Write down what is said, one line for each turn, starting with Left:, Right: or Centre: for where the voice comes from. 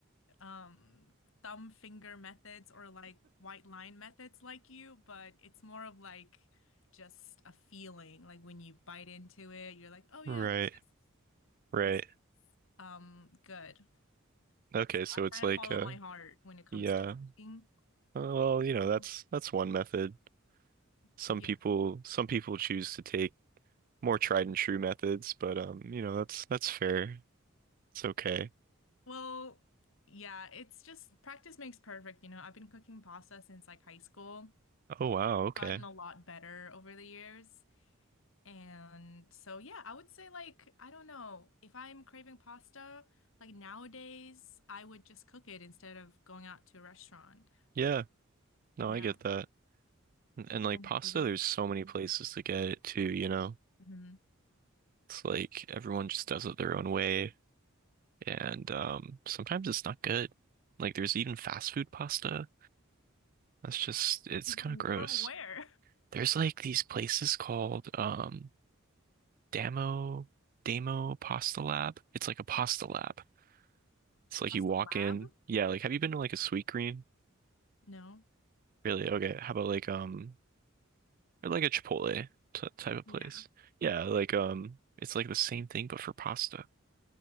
Left: um thumb finger methods or like white line methods like you, but it's more of like just a feeling. Like when you bite into it, you're like, oh yeah,
Right: Right,
Left: this is
Right: right.
Left: this is, um good.
Right: Okay,
Left: So
Right: so
Left: I
Right: it's
Left: kind
Right: like
Left: of follow
Right: uh
Left: my heart when it comes
Right: yeah.
Left: to cooking.
Right: Uh, well, you know,
Left: And
Right: that's that's one method. Some
Left: yeah.
Right: people some people choose to take more tried and true methods, but um, you know, that's that's fair. It's okay.
Left: Well, yeah, it's just practice makes perfect. You know, I've been cooking pasta since like high school,
Right: Oh wow, okay.
Left: gotten a lot better over the years. And so, yeah, I would say like, I don't know, if I'm craving pasta, like nowadays, I would just cook it instead of going out to a restaurant.
Right: Yeah. No,
Left: Yeah.
Right: I get that. And, and
Left: And
Right: like pasta,
Left: maybe
Right: there's so many places to get it too, you know.
Left: Mhm.
Right: It's like everyone just does it their own way. and um, sometimes it's not good. Like there's even fast food pasta. That's just it's
Left: <laughs>
Right: kind of gross.
Left: From where?
Right: There's like these places called um Damo Damo Pasta Lab. It's like a pasta lab. It's like
Left: Pasta
Right: you walk
Left: Lab?
Right: in. Yeah, like have you been to like a Sweetgreen?
Left: No.
Right: Really? Okay. How about like um or like a Chipotle t type of
Left: Yeah.
Right: place? Yeah, like um it's like the same thing but for pasta.